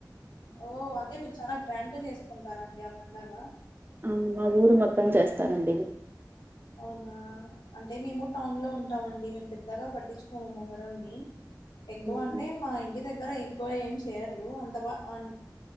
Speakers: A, on the left (about 85°); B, on the right (about 30°).
A: ఓ అంటే మీరు చానా గ్రాండ్ గా చేసుకుంటారండి ఆ పండగ
B: ఆ మా ఊరు మొత్తం చేస్తారండి
A: అవునా అంటే మేము టౌన్ లో ఉంటాం అండి మేము పెద్దగా పట్టించుకోము మొహరం ని ఎక్కువ
B: ఉమ్,
A: అంటే మా ఇంటి దగ్గర ఎక్కువ ఏం చేయరు అంత బా అన్